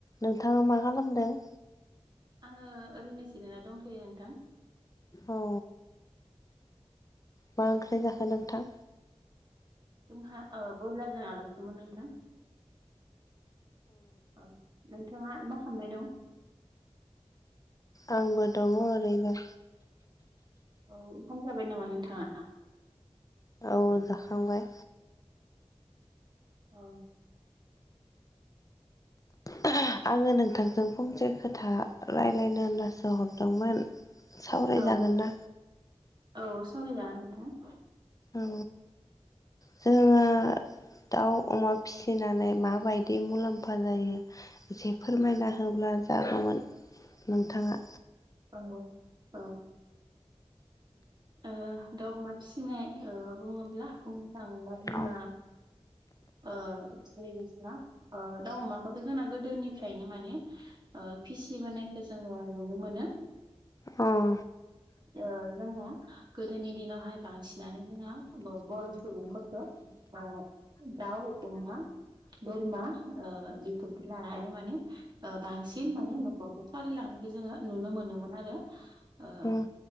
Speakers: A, on the left; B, on the right.
A: नोंथाङा मा खालामदों
B: ङो ओरैनो जिरायना दंथ'यो नोंथां
A: औ मा ओंख्रि जाखो नोंथां
B: जोंहा ओ ब्रयलारजों आलुसोमोन नोंथां औ नोंथाङा मा खालामनाय दं
A: आंबो दङ ओरैनो
B: औ ओंखाम जाबाय नामा नोंथाङा
A: औ जाखांबाय
B: औ
A: ओहो आङो नोंथांजों फंसे खोथा रायज्लायनो होननासो हरदोंमोन सावरायजागोन
B: औ
A: ना
B: औ सावराय जागोन नोंथां
A: औ जोङो दाउ अमा फिसिनानै माबायदि मुलाम्फा जायो जे फोरमायना होब्ला जागौमोन नोंथाङा
B: नंगौ औ ओ दाउ अमा फिसिनाय ओ बुङोब्ला बुंनो थाङोबा जोंना
A: अ
B: ओ एरै बायदिना ओ दाउ अमाखौथ' जोंना गोदोनिफ्रायनो माने ओ फिसिबोनायखौ जों जोङो नुनो मोनो
A: अह
B: ओ जोंना गोदोनि दिनावहाय बांसिनानो जोंना बर' सुबुंफोरखौ ओ दाउ अमा बोरमा ओ बिफोरबादि लानानै माने बांसिन माने न'खरखौ सालायलांनाय जे जोङो नुनो मोनो मोन आरो ओ
A: उम